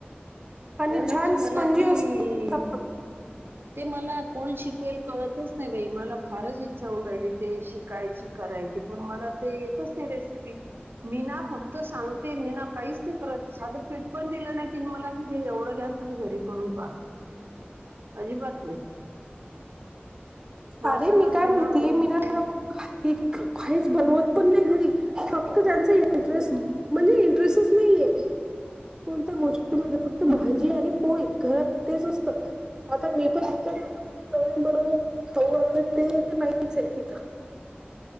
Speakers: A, on the right; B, on the right.
A: आणि
B: हो, न
A: छान
B: ग.
A: स्पंजी
B: मला ती
A: असतो
B: ते मला कोण शिकवेल? कळतच नाही बाई. मला फारच इच्छा राहिली. ते शिकायची, करायची. पण मला ते येतच नाही रेसिपी. मी ना, फक्त सांगते. मी ना काहीच नाही करत. साधं पीठ पण दिलं नाही तीन मला. की हे एवढं घ्या. न तुम्ही घरी करून पाहा. अजिबात नाही. मग
A: अरे,
B: असं
A: मी
B: नसते
A: काय म्हणतीय? मी
B: इतकं
A: ना नको काही - काहीच बनवत पण नाही घरी. फक्त त्यांचा इंटरेस्ट म्हणजे इंटरेसच नाहीेये. कोणत्या गोष्टीमध्ये. फक्त भाजी आणि पोळी. घरात तेच असत. आता मी पण, इतके दिवस होते तिथे. नवीन बनवून खाऊ घाल, ते तर नाहीचय तिथं.